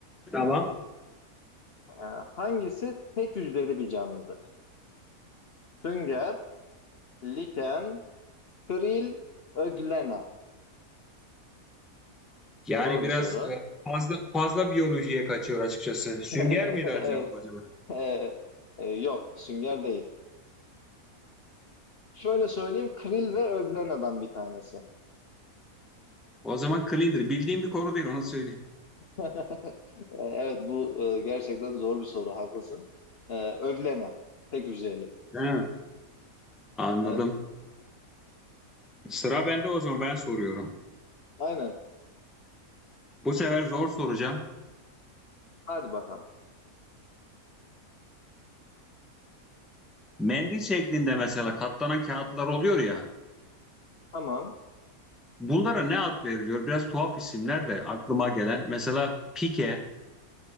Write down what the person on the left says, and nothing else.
Ee, hangisi tek hücreli bir canlıdır? Sünger, liken, kril, öglena.
Zor
bir soru.
<laughs>
Evet.
e, e, yok, sünger değil. Şöyle söyleyeyim, kril ve öglena'dan bir tanesi.
<laughs> Ee, Evet, bu e, gerçekten zor bir soru, haklısın. Ee, öglena, tek hücreli.
Evet,
aynen.
Hadi bakalım.
Tamam,